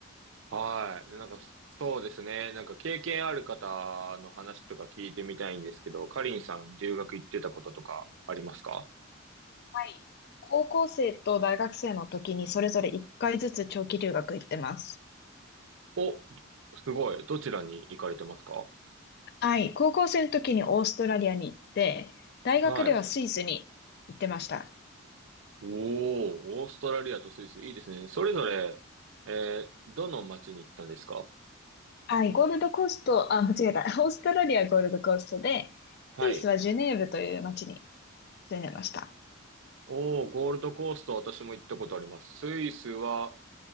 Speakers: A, on the right; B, on the left.
A: はい。なんか、そうですね、なんか経験ある方の話とか聞いてみたいんですけど、かりんさん留学行ってたこととかありますか
B: はい。高校生と大学生の時にそれぞれ1回ずつ長期留学行ってます。
A: お、すごい。どちらに行かれてますか
B: はい。高校生の時にオーストラリアに行って、大学ではスイスに行ってました。
A: はい。おー、オーストラリアとスイス、いいですね。それぞれ、えー、どの町に行ったんですか
B: はい。ゴールドコースト、あ、間違えた。<laughs> オーストラリアはゴールドコーストで、
A: はい。
B: スイスはジュネーブという町に住んでました。
A: おー、ゴールドコースト、私も行ったことあります。スイスは、